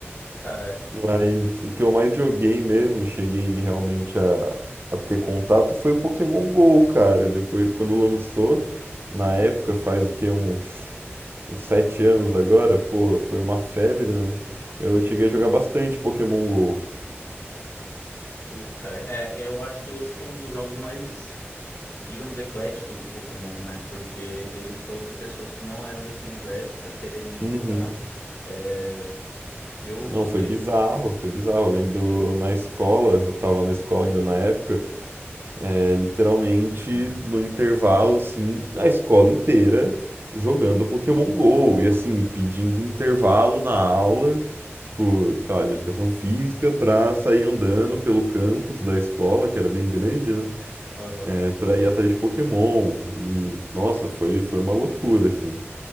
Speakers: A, on the left; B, on the right.
A: Cara,
B: Mas o que eu mais joguei mesmo, cheguei realmente a, a ter contato, foi o Pokémon GO, cara. Depois, quando lançou, na época, faz o que, uns, uns sete anos agora, pô, foi uma febre, né? Eu cheguei a jogar bastante Pokémon GO.
A: putz, cara, é, eu acho que esse foi um dos jogos mais, digamos, ecléticos do Pokémon, né? Porque ele trouxe pessoas que não eram desse universo pra quererem
B: Uhum.
A: jogar. É, eu gostei.
B: Não, foi bizarro,
A: mu-
B: foi bizarro. Eu lembro na escola, eu tava na escola ainda na época, É, literalmente, no intervalo, assim, a escola inteira jogando Pokémon Go e, assim, pedindo intervalo na aula, tipo, sei lá, de educação física, pra sair andando pelo campus da escola, que era bem grande, né?
A: Aham.
B: É, pra ir atrás de Pokémon. E, nossa, foi, foi uma loucura, assim.